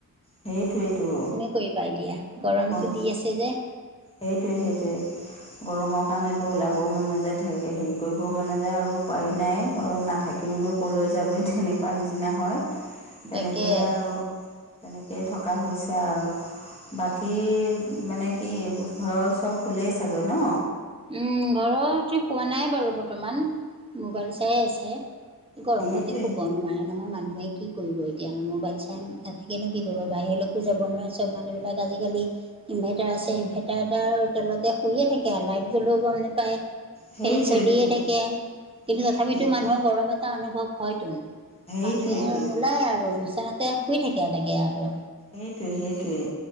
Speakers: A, on the left; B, on the right.
A: সেইটোৱেইটো
B: কি কৰিবা এতিয়া গৰমতো
A: গৰম
B: দি আছে যে
A: সেইটোৱে সেইটোৱেই গৰমৰ কাৰণেতো ওলাবও মন নযায় হেৰি কৰিবও মন নেযায় আৰু উপায়ো নাই নাথাকে কি নো ক'লৈ যাবি তেনেকোৱা নিচিনা হয় তেনেকেই
B: তাকে
A: আৰু তেনেকেই থকা হৈছে আৰু বা কী মানে কি ঘৰৰ চব শুলেই চাগে ন
B: উম ঘৰৰতো হোৱা নাই বাৰু বৰ্তমান মোবাইল চাই আছে গৰমতে
A: সেইটোৱে
B: শুব নোৱাৰি নহয় মানুহে কি কৰিব এতিয়া আৰু মোবাইল চাই নাথাকিনো কি কৰিব বাহিৰলৈকো যাব নোৱাৰে চব মানুহবিলাক আজিকালি ইনভাৰ্টাৰ আছে ইনভাৰ্টাৰ আৰু তলতে শুইয়ে থাকে আৰু লাইট গ'লেও গম নেপায়
A: সেইটোৱেইতো
B: ফেন চলিয়ে থাকে কিন্তু
A: সেইটোৱেইতো
B: তথাপিতো মানুহৰ গৰম এটা অনুভৱ হয়তোন
A: সেইটোৱেইতো
B: মানুহে আৰু নোলায় আৰু বিচনাতে শুই থাকে তাকে আৰু
A: সেইটোৱে সেইটোৱে